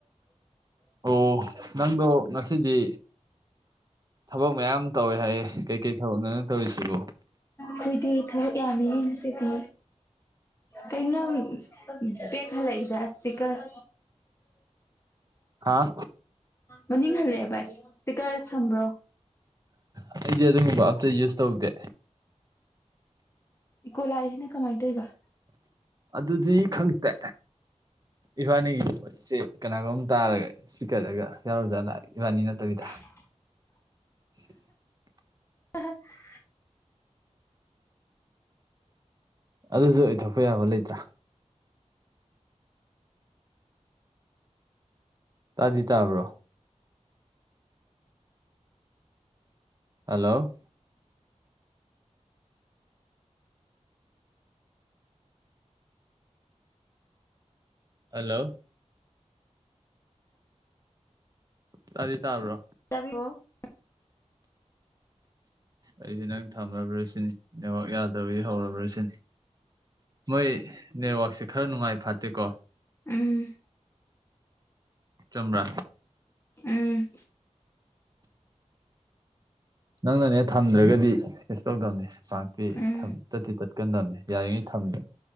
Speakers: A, on the right; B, on the left.
A: ꯑꯣ ꯅꯪꯗꫭ ꯉꯁꯤꯗꯤ ꯊꯕꯛ ꯃꯌꯥꯝ ꯇꯧꯋꯦ ꯍꯥꯏꯌꯦ ꯀꯩꯀꯩ ꯊꯕꯛꯅꫭ ꯅꯪ ꯇꯧꯔꯤꯁꯤꯕꯣ꯫
B: ꯈꯣꯏꯗꯤ ꯊꯕꯛ ꯌꯥꯝꯃꯤꯍꯦ ꯉꯁꯤꯗꯤ꯫ ꯀꯩ ꯅꯪ ꯕꯦꯛ ꯍꯜꯂꯛꯏꯗ ꯁ꯭ꯄꯤꯀꯔ꯫
A: ꯍꯥꯥ
B: ꯃꯅꯤꯡ ꯍꯜꯂꯛꯑꯦ ꯕꯁ ꯏꯁ꯭ꯄꯤꯀꯔ ꯁꯝꯕ꯭ꯔꯣ꯫
A: ꯑꯩꯗꯤ ꯑꯗꯨꯒꯨꯝꯕ ꯑꯝꯇ ꯌꯨꯁ ꯇꯧꯗꯦ꯫
B: ꯏꯀꯣ ꯂꯥꯛꯏꯁꯤꯅ ꯀꯃꯥꯏꯅ ꯇꯧꯔꯤꯕ
A: ꯑꯗꯨꯗꯤ ꯈꯪꯇꯦ꯫ ꯏꯕꯥꯅꯤꯒꯤ ꯋꯥꯔꯤꯁꯦ ꯀꯅꯥꯒꯨꯝꯕ ꯇꯥꯔꯒ ꯏꯁꯄꯤꯀꯔꯗꯒ ꯌꯥꯎꯔꯥ ꯖꯥꯠꯂꯥ ꯏꯕꯥꯅꯤ ꯅꯠꯇꯕꯤꯗ꯫
B: <unintelligible>
A: <unintelligible>
B: <unintelligible>
A: ꯑꯗꯨꯁꯨ ꯑꯣꯏꯊꯣꯛꯄ ꯌꯥꯕ ꯂꯩꯇ꯭ꯔꯥ꯫ ꯇꯥꯗꯤ ꯇꯥꯕ꯭ꯔꯣ꯫ ꯍꯜꯂꯣ꯫ ꯍꯜꯂꯣ꯫ ꯇꯥꯗꯤ ꯇꯥꯕ꯭ꯔꯣ꯫
B: <inaudible>
A: ꯑꯩꯗꯤ ꯅꯪ ꯊꯝꯔꯕ꯭ꯔꯥ ꯁꯤꯅꯤ ꯅꯦꯠꯋꯥꯛ ꯌꯥꯗ꯭ꯔꯕꯗꯤ ꯍꯧꯔꯕ꯭ꯔ ꯁꯤꯅꯤ꯫ ꯃꯣꯏ ꯅꯦꯠꯋꯥꯛꯁꯦ ꯈꯔ ꯅꯨꯡꯉꯥꯏ ꯐꯠꯇꯦꯀꯣ꯫
B: ꯎꯝ꯫
A: ꯆꯝꯕ꯭ꯔꯥ꯫
B: ꯎꯝ꯫
A: ꯅꯪꯅꯅꯦ ꯊꯝꯗ꯭ꯔꯒꯗꯤ ꯀꯩꯁꯨ ꯇꯧꯗꯕꯅꯦ ꯄꯥꯛꯇꯤ꯫
B: ꯎꯝ
A: ꯊꯝ ꯇꯠꯇꯤ ꯇꯠꯀꯟꯗꯕꯅꯦ ꯌꯥꯔꯤꯉꯩ ꯊꯝ